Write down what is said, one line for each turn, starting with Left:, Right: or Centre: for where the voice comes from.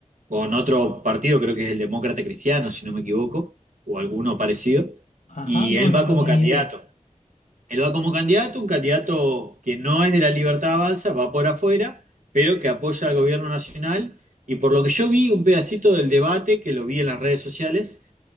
Right: con otro partido, creo que es el Demócrata Cristiano, si no me equivoco, o alguno parecido,
Left: Ajá,
Right: y
Left: no,
Right: él
Left: no
Right: va
Left: tenía
Right: como candidato.
Left: ni idea.
Right: Él va como candidato, un candidato que no es de la Libertad Avanza, va por afuera, pero que apoya al gobierno nacional. Y por lo que yo vi, un pedacito del debate, que lo vi en las redes sociales,